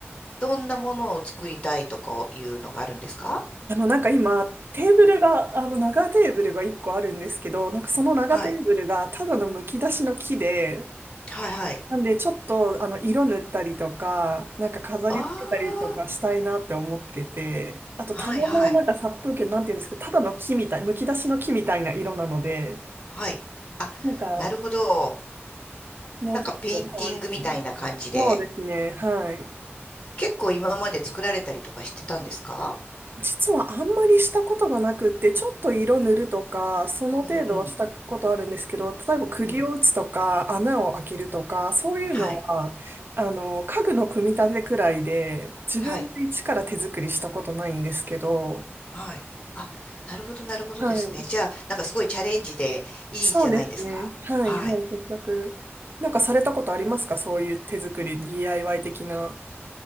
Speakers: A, on the left; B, on the right.
A: どんなものを作りたいとかいうのがあるんですか
B: あの、なんか今、テーブルが、あの、長テーブルが1個あるんですけど、なんかその長テーブルがただのむき出しの木で、
A: はい、はい、はい。
B: なんで、ちょっと、あの、色塗ったりとか、なんか飾り付けたりとかしたいなって思ってて、
A: あ
B: あと、
A: あ、
B: 棚もなんか殺風景、
A: はい、はい、
B: なんていうんですか、ただの木みたい、むき出しの木みたいな色なので、
A: はい。あ、
B: なんか、は
A: なるほど。
B: い、もうちょっと可愛く。
A: なんかペインティングみたいな感じで。
B: そうですね、はい。
A: 結構今まで作られたりとかしてたんですか
B: 実はあんまりしたことがなくって、ちょっと色塗るとか、その程度はしたことあるんですけど、
A: うんうん、
B: 例えば釘を打つとか、
A: うん。
B: 穴を開けるとか、そういうのは、
A: はい、
B: あの、家具の組み立てくらいで、自分で一から手作りしたことないんですけど、
A: はい、はい。あ、なるほど、なるほどですね。
B: はい。
A: じゃあ、なんかすごいチャレンジでいいじゃないですか。
B: そうですね。はい、
A: はい。
B: はい、せっなんかされたことありますかそういう手作り、DIY 的な。